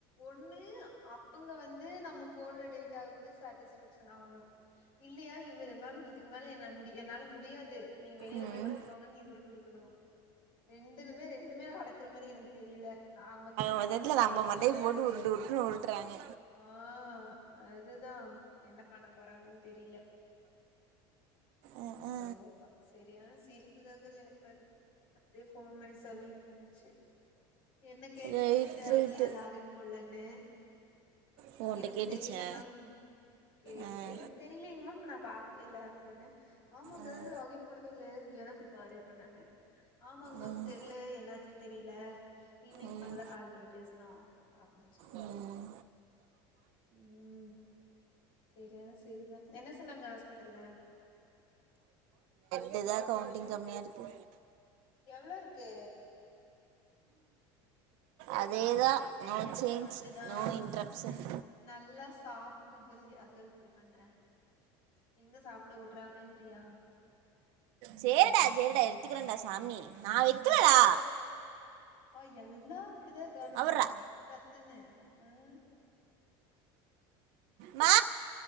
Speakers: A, on the left; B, on the right.
A: ஒண்ணு அவுங்க வந்து நம்ம போடுற டேட்டாவுக்கு சாட்டிஸ்பேக்ஷன் ஆகணு இல்லையா இவரு மேம் இதுக்கு மேல என்ன முடி என்னால முடியாது நீங்க வெளியில
B: ம்
A: போய் பண்ணிக்கோங்க நீ இவரு குடுக்கணு ரெண்டுலுமே ரெண்டுமே நடக்குற மாரி எனக்கு தெரியல ஆக மொத்துல நம்ம
B: மொத்தத்துல
A: கிட்ட தள்ளாம
B: மண்டைய
A: இருந்தாங்கன்னா
B: போட்டு
A: சேரி
B: உருட்டு உருட்டுன்னு உருட்டுறாங்க
A: ஆ அதுதா என்ன பண்ண போறாங்கன்னு தெரியில
B: அ ஆ
A: சோப்பா செரியான சிரிப் ப்புதாங்கள் எனக்கு வருது அதே ஃபோன் பண்ணி சொல்லிட்டு இருந்துச்சு என்ன கேட்டுச்சு
B: ரைட்
A: தேவகி
B: ரைட்டு
A: ஏ லாகின் போல்லன்னு
B: ஓ உன்ட்ட
A: எனக்கு
B: கேட்டுச்சா
A: தெரியல மேம் கேட்டுச்சு
B: ஆ
A: எனக் தெரியலங் மேம் நா பாக்கவே இல்ல அப்டின்னே ஆமா கேர்ள்
B: ஆ
A: லாகின் போடவே இல்ல நீ வேணா போய் பாரு னாங்க ஆமாங் மேம்
B: ம்
A: தெர்ல என்னாச்சுன்னு தெரியல ஈவினிங்க்
B: ம்
A: மேலதா கால் பண்ணி பேசுனு அப்டின் சொல்ட்ட
B: ம்
A: ம் சேரி அதா செரிதா என்ன சொன்னாங்க ஹாஸ்பிட்டல்ல
B: பிளட்தா கவுண்டிங் கம்மியாருக்கு
A: எவ்ளோருக்கு
B: அதேதா நோ சேஞ்ச்
A: அதுதா
B: நோ இன்ட்ரப்ஷன்
A: நல்லா சாப்புடு கேள் யா கேள் இப்டி பண்ற எங்க சாப்புட வுடுறாங்கங்கிறியா
B: சேரிடா சேரிடா எடுத்துக்கிறேடா சாமி நான் வைக்கலடா
A: சோ ஆ எல்லா இப்டிதா இருக்கானுங்க
B: அவர்ரா
A: கத் து கத்துன்னு ஹ்
B: மா